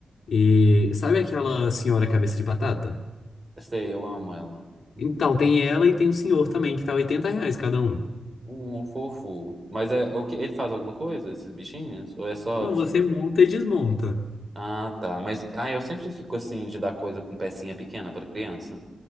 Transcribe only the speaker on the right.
Sei, eu amo ela. Hum.
Um fofo. Mas é, é o que ele faz alguma coisa, esses bichinhos? Ou é só.
Ah, tá. Mas ah, eu sempre fico assim de dar coisa com pecinha pequena pra criança,